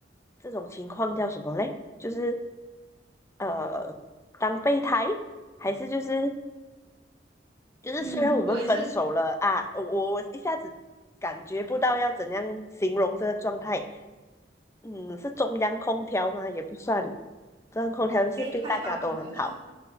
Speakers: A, on the left (about 15°); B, on the right (about 30°).
A: 这种情况叫什么嘞？就是呃，当备胎，还是就是就是虽然我们分手了啊，
B: 嗯，我也是
A: 我我一下子感觉不到要怎样形容这个状态。嗯，是中央空调吗？也不算，中央空调就是对大家都很好，
B: 备胎吧，我觉得，